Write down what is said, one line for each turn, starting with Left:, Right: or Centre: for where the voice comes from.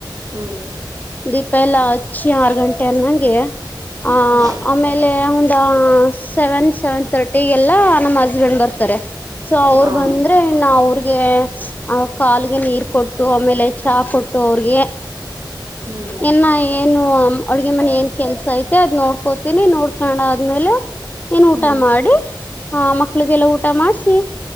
Right: ಹ್ಮ್
Left: ದೀಪ ಎಲ್ಲಾ ಹಚ್ಚಿ ಆರು ಗಂಟೆ ಅನ್ನಂಗೆ ಆ
Right: ಹ್ಮ್
Left: ಆಮೇಲೆ ಒಂದ ಸೆವೆನ್ ಸೆವೆನ್ ತರ್ಟಿಗೆಲ್ಲ ನಮ್ಮ್ ಹಸ್ಬೆಂಡ್ ಬರ್ತದೆ ಸೊ ಅವ್ರು
Right: ಹಾ
Left: ಬಂದ್ರೆ ನ ಅವ್ರಿಗೆ ಆ ಕಾಲಗೆ ನೀರ್ ಕೊಟ್ಟು ಆಮೇಲೆ ಚಹ ಕೊಟ್ಟು ಅವ್ರಿಗೆ
Right: ಹ್ಮ್
Left: ಇನ್ನ ಏನು ಅಡ್ಗೆ ಮನೆ ಏನ್ ಕೆಲ್ಸ ಐತೆ ಅದ್ ನೋಡ್ಕೋತೀನಿ ನೋಡ್ಕೊಂಡ ಆದ್ಮೇಲೆ ಏನ್ ಊಟ
Right: ಹ್ಮ್
Left: ಮಾಡಿ ಆ ಮಕ್ಳಿಗೆಲ್ಲ ಊಟ ಮಾಡ್ಸಿ